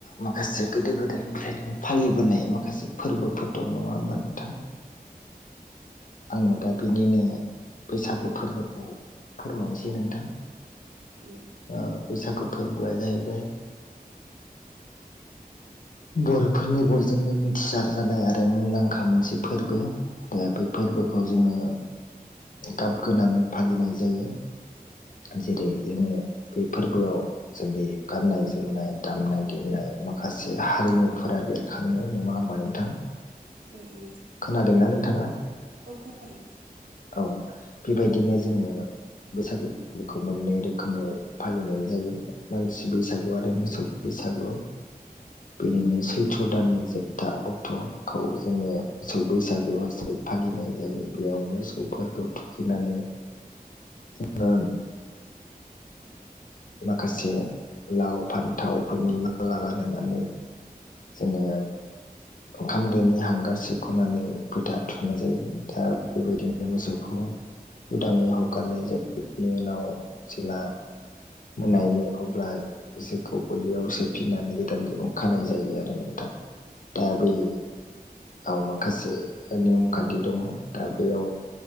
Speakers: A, on the left; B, on the right.
A: माखासे गोदो गोदायनिफ्रायनो फालिबोनाय माखासे फोरबोफोर दं नङा होमबा नोंथां आङो दा बिनिनो बैसागु फोरबोखौ फोरमायनोसै नोंथां
B: उम
A: ओ बैसागु फोरबोआ जाहैबाय बर'फोरनि बयजोंबो मिथिसार जानाय आरो मुंदांखा मोनसे फोरबो दा बे फोरबोखौ जोङो गाब गोनां फालिनाय जायो जेरै जोङो बे फोरबोआव जोंनि गाननाय जोमनाय दामनाय देनाय माखासे हारिमुफोरा बेर खांनो नङा होमबा नोंथां
B: औ नों
A: खोनादोंना नोंथाङा
B: औ खोनादों
A: औ बेबायदिनो जोङो बैसागु बेखौ मोननै रोखोमाव फालिनाय जायो मानसि बैसागु आरो मोसौ बैसागु बिदिनो सैथ्र' दाननि जोबथा अक्ट'खौ जोङो मोसौ बैसागु हिसाबै फालिनाय जायो बेयाव मोसौफोरखौ थुखैनानै जों माखासे लाव फान्थावफोरनि माला गानहोनानै जोङो ओंखाम दोनि हांगार सैख'नानै फोथा थुनाय जायो दा बेबायदिनो मोसौखौ उदाङै हगारनाय जायो जायफोरनि उनाव जेब्ला मोनायो अब्ला बिसोरखौ गलियाव सोफिननानै गोदान दिरुं खानाय जायो आरो नोंथां दा बैयाव माखासे नियम खान्थि दङ दा बेयाव